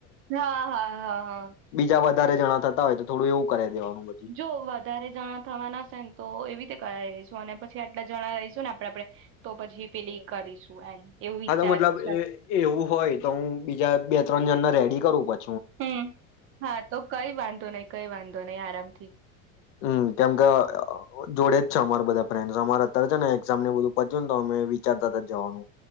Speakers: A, on the right; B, on the left.
A: હા હા હા હા
B: બીજા વધારે જણા થતા હોય તો થોડું એવું કર દેવાનું. પછી
A: જો વધારે જણા થવાના હશે ને તો એવી રીતે કરાવી રઈશું અને પછી આટલા જણા રઈશું ને આપ આપડે તો પછી પેલી કરીશું એમ એવું
B: હા
A: વિચાર્યું
B: તો મતલબ
A: છે
B: એવું હોય તો હું બીજા બે ત્રણ જ્ણને રેડી કરું પડ
A: હમ હા તો કઈ વાંધો નહી કઈ વાંધો ધો નઈ આરામથી.
B: હમ કેમકે જોડે જ છે અમારા બધા ફ્રેન્ડ અમારા અત્યારે છે ને એઝામ ને બધું પત્યું ને તો અમે વિચારતા હતા જવાનું.